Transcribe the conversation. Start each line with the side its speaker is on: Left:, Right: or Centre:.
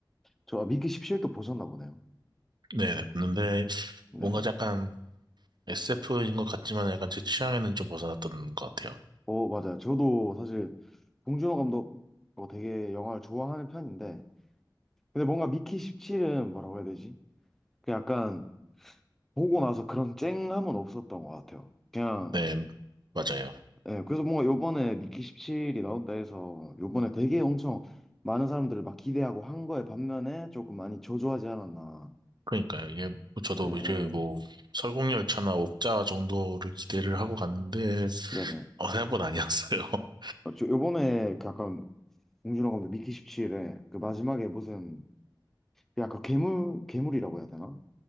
Centre: 저 아, 미키 17도 보셨나 보네요.
Right: 네네. 봤는데,
Centre: 네.
Right: 뭔가 약간 SF인 것 같지만 약간 제 취향에는 좀 벗어났던 것 같아요.
Centre: 어, 맞아요. 저도 사실 봉준호 감독 어, 되게 영화를 좋아하는 편인데, 근데 뭔가 미키 17은 뭐라고 해야 되지? 그 약간 보고 나서 그런 쨍함은 없었던 것 같아요. 그냥
Right: 네, 맞아요.
Centre: 예, 그래서 뭔가 요번에 미키 17이 나온다 해서 요번에 되게 엄청 많은 사람들을 막 기대하고 한 거에 반면에 조금 많이 저조하지 않았나.
Right: 그러니까요. 이게 뭐 저도
Centre: 예, 예.
Right: 이제 뭐 설국열차나 옥자 정도를 기대를 하고 갔는데
Centre: 네네.
Right: 어느 보다 아니었어요. <laughs>
Centre: 어, 저 요번에 그 약간 봉준호 감독 미키 17에 그 마지막에 무슨 그 약간 괴물, 괴물이라고 해야 되나?